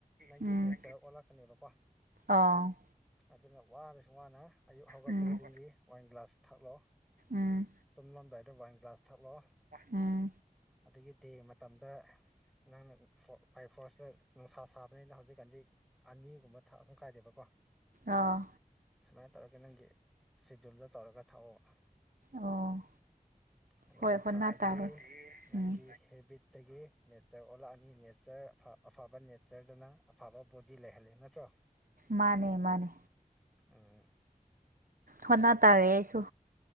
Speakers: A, in the centre; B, on the right.
A: ꯅꯪꯒꯤ
B: ꯎꯝ
A: ꯅꯦꯆꯔ ꯑꯣꯜꯂꯛꯀꯅꯦꯕꯀꯣ
B: ꯑꯥꯎ
A: ꯑꯗꯨꯅ ꯋꯥꯔꯁꯨ ꯋꯥꯅ ꯑꯌꯨꯛ ꯍꯧꯒꯠꯄ
B: ꯎꯝ
A: ꯈꯨꯗꯤꯡꯒꯤ ꯋꯥꯟ ꯒ꯭ꯂꯥꯁ ꯊꯛꯂꯣ
B: ꯎꯝ
A: ꯇꯨꯝꯂꯝꯗꯥꯏꯗ ꯋꯥꯏꯟ ꯒ꯭ꯂꯥꯁ ꯊꯛꯂꯣ
B: ꯎꯝ
A: ꯑꯗꯒꯤ ꯗꯦ ꯃꯇꯝꯗ ꯅꯪ ꯐꯣ ꯕꯥꯏ- ꯐꯣꯔꯁꯇ ꯅꯨꯡꯁꯥ ꯁꯥꯕꯅꯤꯅ ꯍꯧꯖꯤꯛꯒꯥꯟꯗꯤ ꯑꯅꯤꯒꯨꯝꯕ ꯊꯛꯑꯁꯨ ꯀꯥꯏꯗꯦꯕꯀꯣ
B: ꯑꯥ
A: ꯁꯨꯃꯥꯏꯅ ꯇꯧꯔꯒ ꯅꯪꯒꯤ ꯁꯦꯗꯨꯜꯗꯣ ꯇꯧꯔꯒ ꯊꯥꯛꯑꯣ
B: ꯑꯣ
A: ꯑꯗꯨꯃꯥꯏꯅ
B: ꯍꯣꯏ ꯍꯣꯠꯅ
A: ꯊꯛꯑꯗꯤ
B: ꯇꯥꯔꯦ
A: ꯅꯪꯒꯤ
B: ꯎꯝ
A: ꯍꯦꯕꯤꯠꯇꯒꯤ ꯅꯦꯆꯔ ꯑꯣꯜꯂ ꯃꯤ ꯅꯦꯆꯔ ꯑꯐꯕ ꯅꯦꯆꯔꯗꯨꯅ ꯑꯐꯕ ꯕꯣꯗꯤ ꯂꯩꯍꯜꯂꯤ ꯅꯠꯇ꯭ꯔꯣ
B: ꯃꯥꯅꯦ ꯃꯥꯅꯦ
A: ꯎꯝ
B: ꯍꯣꯠꯅꯥ ꯇꯥꯔꯦ ꯑꯩꯁꯨ